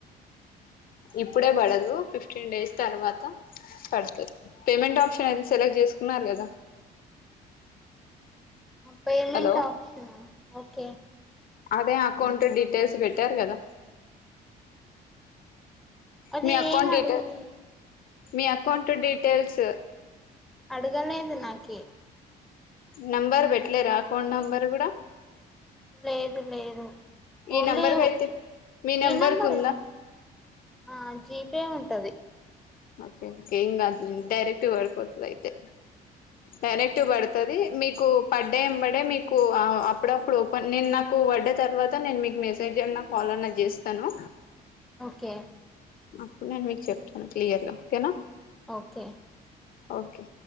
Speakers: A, on the left; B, in the centre.
A: ఇప్పుడే పడదు ఫిఫ్టీన్ డేస్ తర్వాత పడుతుంది పేమెంట్ ఆప్షన్ అయితే సెలెక్ట్ చేసుకున్నారు కదా
B: పేమెంట్
A: హలో
B: ఆప్షనా ఓకే
A: అదే అకౌంట్ డీటెయిల్స్ పెట్టారు కదా
B: అది
A: మీ అకౌంట్
B: ఏం
A: డీటెల్
B: అడగలేదు
A: మీ అకౌంట్ డీటెయిల్స్
B: అడుగాలేదు నాకీ
A: నంబర్ పెట్టలేరా అకౌంట్ నెంబర్ కూడా
B: లేదు లేదు
A: ఈ
B: ఓన్లీ
A: నెంబర్కి అయితే మీ నెంబర్కి
B: ఈ నంబర్
A: ఉందా
B: ఏం ఆ జీపే ఉంటది
A: ఓకే ఇంకేమి కాదులే. డైరక్ట్ పడిపోతాది అయితే డైరెక్ట్గా పడుతది మీకు పడ్డంబడే మీకు అప్పుడప్పుడు నేను నాకు పడ్డ తర్వాత మీకు మెస్ కాల్ అన్నా చేస్తాను
B: ఓకే
A: అప్పుడు నేను మీకు చెప్తాను క్లియర్ గా ఓకేనా
B: ఓకే
A: ఓకే